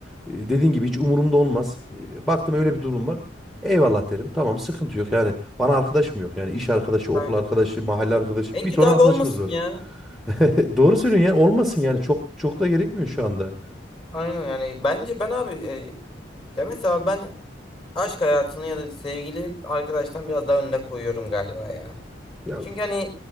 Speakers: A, in the centre; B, on the left (about 30°).
A: e, dediğin gibi hiç umurumda olmaz. E, baktım öyle bir durum var. Eyvallah derim. Tamam sıkıntı yok. Yani bana arkadaş mı yok? Yani iş arkadaşı,
B: Aynen.
A: okul arkadaşı, mahalle arkadaşı
B: En
A: bir
B: kötü
A: ton
B: abi
A: arkadaşımız
B: olmasın
A: var.
B: ya.
A: <laughs> Doğru söylüyorsun yani olmasın yani çok çok da gerekmiyor şu anda.
B: Aynen yani bence ben abi e, ya mesela ben aşk hayatını ya da sevgili arkadaştan biraz daha önüne koyuyorum galiba ya.
A: Ya
B: Çünkü hani